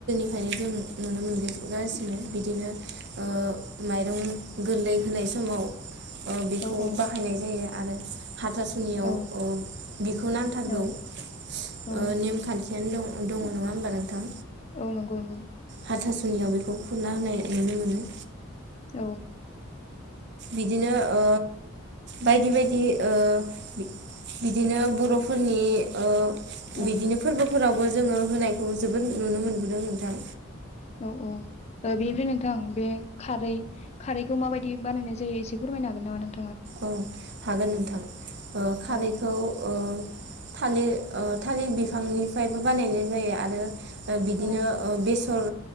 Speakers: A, on the right; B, on the left.
A: खायनो जों नुनो मोनग गासिनो बिदिनो ओ माइरं गोरलै होनाय समाव ओ बेखौ
B: औ औ
A: बाहायनाय जायो। आरो हाथासुनियाव
B: औ
A: अ बिखौ नांथारगौ
B: औ
A: ओ
B: औ
A: नेमखान्थियानो दं दङ नङा होमबा नोंथां?
B: औ नंगौ नगौ।
A: हाथासुनियाव बेखौ खुरना होनाय नुनो मोनो।
B: औ।
A: बिदिनो ओ बायदि बायदि ओ बिदिनो बर'फोरनि ओ
B: औ
A: बिदिनो फोरबोफोराव बो जोङो होनायखौ जोबोद नुनो मोनबोदों नोंथां।
B: औ औ ओ बेनिफ्राय नोंथां बे खारै खारैखौ माबायदि बानायनाय जायो एसे फोरमायनो हागोन नामा नों
A: औ हागोन नोंथां ओ खारैखौ
B: औ
A: ओ थालिर ओ थालिर बिफांनिफ्रायबो बानायनाय जायो। आरो बिदिनो
B: औ
A: ओ बे सर